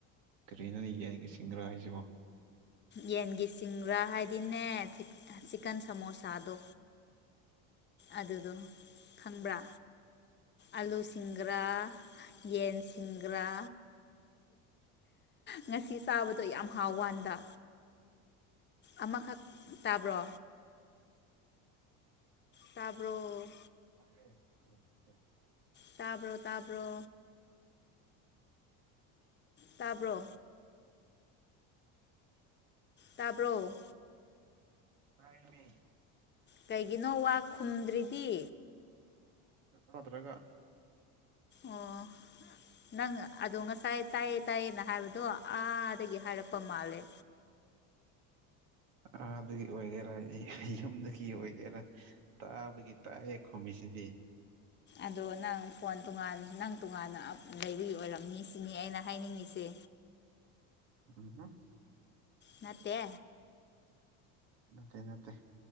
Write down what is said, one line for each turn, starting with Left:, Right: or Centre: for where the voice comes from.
Right: ꯀꯔꯤꯅꯣꯅꯦ ꯌꯥꯅꯤꯡꯉꯦ ꯁꯤꯡꯒ꯭ꯔꯥ ꯍꯥꯏꯁꯤꯕꯣ
Left: ꯌꯦꯟꯒꯤ ꯁꯤꯡꯒ꯭ꯔꯥ ꯍꯥꯏꯕꯗꯤꯅꯦ ꯆꯤꯛꯀꯟ ꯁꯃꯣꯁꯥꯗꯣ ꯑꯗꯨꯗꯣ ꯈꯪꯕ꯭ꯔꯥ ꯑꯂꯨ ꯁꯤꯡꯒꯥꯔ ꯌꯦꯟ ꯁꯤꯡꯒꯔ ꯉꯁꯤ ꯆꯥꯕꯗꯣ ꯌꯥꯝ ꯍꯥꯎ ꯋꯥꯟꯗ ꯑꯃꯈꯛ ꯇꯥꯕ꯭ꯔꯣ ꯇꯥꯔꯕꯣ
Right: ꯀꯥꯏꯥꯏ
Left: ꯇꯥꯕ꯭ꯔꯣ ꯇꯥꯕ꯭ꯔꯣ ꯇꯥꯕ꯭ꯔꯣ ꯇꯥꯕ꯭ꯔꯣ
Right: ꯇꯥꯏꯃꯤ
Left: ꯀꯩꯒꯤꯅꯣ ꯋꯥ ꯈꯨꯝꯗ꯭ꯔꯤꯗꯤ
Right: ꯄꯠꯇ꯭ꯔꯒ
Left: ꯑꯣ ꯅꯪ ꯑꯗꯨꯣ ꯉ ꯇꯥꯏ ꯇꯥꯏꯌꯦ ꯇꯥꯏꯌꯦꯅ ꯍꯥꯏꯕꯗꯣ ꯑꯥꯗꯒꯤ ꯍꯥꯏꯔꯛꯄ ꯃꯥꯜꯂꯦ
Right: ꯑꯥꯒꯤ ꯑꯣꯏꯒꯦꯔꯥ ꯌꯨꯝꯗꯒꯤ ꯑꯣꯏꯒꯦꯔꯥ ꯇꯥꯕꯒꯤ ꯇꯥꯛꯑꯦ ꯈꯣꯃꯤꯁꯤ ꯁꯤꯗꯤ
Left: ꯑꯗꯣ ꯅꯪ ꯐꯣꯟ ꯇꯣꯉꯥꯟ ꯅꯪ ꯇꯣꯉꯥꯟꯅ ꯂꯩꯕꯒꯤ ꯑꯣꯏꯔꯝꯅꯤ ꯁꯤꯅꯤ ꯑꯩꯅ ꯍꯥꯏꯅꯤꯡꯉꯤꯁꯦ
Right: ꯎꯝ
Left: ꯅꯠꯇꯦ
Right: ꯅꯠꯇꯦ ꯅꯠꯇꯦ